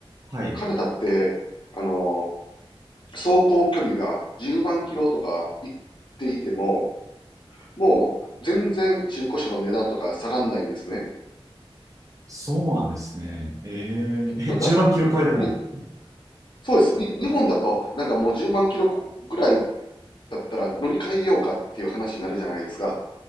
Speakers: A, on the right (about 35°); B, on the left (about 55°).
A: はい。
B: カナダって、あのー走行距離が10万キロとか行っていても、もう全然中古車の値段とか下がんないんですね。
A: そうなんですね。えー、
B: なんか、
A: え、10万キロ超えでも。
B: に、そうです。に、日本だと、なんかもう10万キロぐらいだったら乗り換えようかっていう話になるじゃないですか。